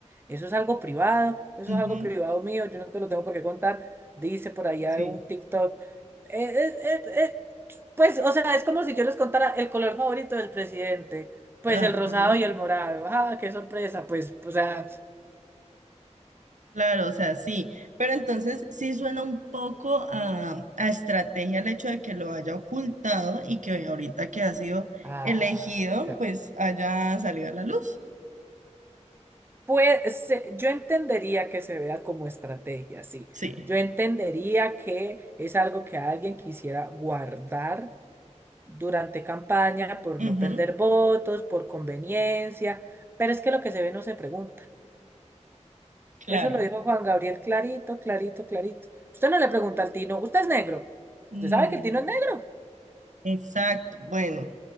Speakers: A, on the right; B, on the right.
A: Eso es algo privado, eso
B: Ujú,
A: es algo privado mío, yo no te lo tengo por qué contar. Dice por allá
B: sí.
A: un TikTok. eh, eh, eh, eh, pues, o sea, es como si yo les contara el color favorito del presidente, pues
B: Ajá.
A: el rosado y el morado. Ah, qué sorpresa, pues, o sea,
B: Claro, o sea, sí, pero entonces sí suena un poco a, a estrategia el hecho de que lo haya ocultado y que ahorita que ha sido
A: ay,
B: elegido, pues haya salido a la luz.
A: Pues se- yo entendería que se vea como estrategia, sí.
B: Sí,
A: Yo entendería que es algo que alguien quisiera guardar durante campaña por
B: ujú,
A: no perder votos, por conveniencia, pero es que lo que se ve no se pregunta.
B: claro.
A: Eso lo dijo Juan Gabriel clarito, clarito, clarito. Usted no le pregunta al Tino, ¿usted es negro?
B: Mm,
A: ¿Usted sabe que el Tino es negro?
B: exacto, bueno,